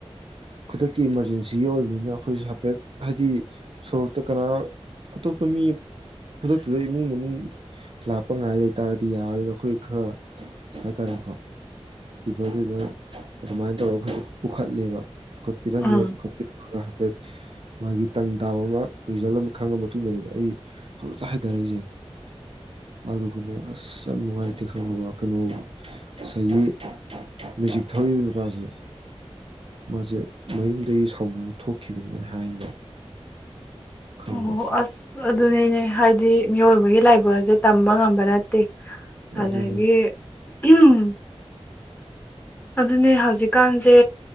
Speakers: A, on the right; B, on the left.
A: ꯈꯨꯗꯛꯀꯤ ꯏꯃꯥꯔꯖꯦꯟꯁꯤꯒꯤ ꯑꯣꯏꯕꯅꯤꯅ ꯑꯩꯈꯣꯏꯁꯨꯦ ꯍꯥꯏꯐꯦꯠ ꯍꯥꯏꯗꯤ ꯁꯣꯔꯣꯛꯇ ꯀꯅꯥ ꯑꯇꯣꯞꯄ ꯃꯤ ꯈꯨꯗꯛꯇꯨꯗ ꯏꯃꯨꯡ ꯃꯅꯨꯡ ꯂꯥꯛꯄ ꯉꯥꯏ ꯂꯩꯇꯥꯥꯔꯗꯤ ꯌꯥꯔꯣꯏꯔꯤꯕ ꯑꯩꯈꯣꯏ ꯈꯔ ꯍꯥꯏꯇꯥꯔꯦꯀꯣ ꯄꯤꯄꯜꯗꯨꯗ ꯑꯗꯨꯃꯥꯏꯅ ꯇꯧꯔꯒ ꯈ ꯄꯨꯈꯠꯂꯦꯕ ꯄꯨ ꯀꯠꯄꯤꯗ
B: ꯑꯥ
A: ꯃ ꯄꯨ ꯀꯠꯄꯤ ꯍꯥꯏꯐꯦꯠ ꯃꯥꯒꯤ ꯇꯪ ꯇꯥꯕ ꯑꯃ ꯔꯤꯖꯜ ꯑꯃ ꯈꯪꯉ ꯃꯇꯨꯡꯗꯅꯦꯕ ꯑꯩ ꯍꯧꯖꯤꯛꯇ ꯍꯥꯏꯊꯔꯛꯏꯁꯦ ꯑꯗꯨꯒꯅꯦ ꯑꯁ ꯌꯥꯝ ꯅꯨꯡꯉꯥꯏꯇꯦ ꯈꯪꯕꯕ ꯀꯩꯅꯣ ꯉꯁꯥꯏꯒꯤ ꯃꯦꯖꯤꯛ ꯊꯧꯔꯤꯕ ꯅꯨꯄꯥꯁꯦ ꯃꯥꯁꯦ ꯃꯌꯨꯝꯗꯒꯤ ꯁꯥꯎꯅꯔ ꯊꯣꯛꯈꯤꯕꯅꯤꯅ ꯍꯥꯏꯌꯦꯕ ꯈꯪꯉꯕ
B: ꯑꯣ ꯑꯁ ꯑꯗꯨꯅꯤꯅꯦ ꯍꯥꯏꯗꯤ ꯃꯤꯑꯣꯏꯕꯒꯤ ꯂꯥꯏꯕ ꯁꯦ ꯇꯝꯕ ꯉꯝꯕ ꯅꯠꯇꯦ ꯑꯗꯒꯤ
A: ꯑꯗꯨꯅꯤ
B: ꯎꯝ ꯑꯗꯨꯅꯦ ꯍꯧꯖꯤꯛꯀꯥꯟ ꯁꯦ